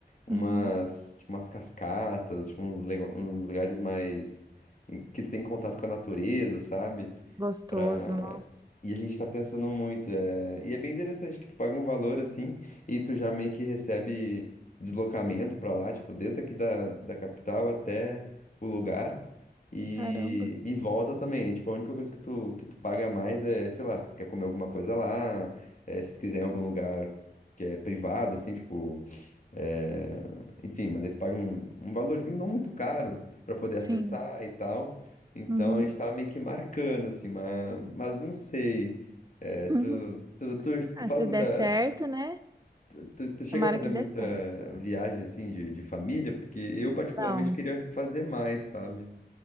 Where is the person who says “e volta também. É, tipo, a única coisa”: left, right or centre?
Left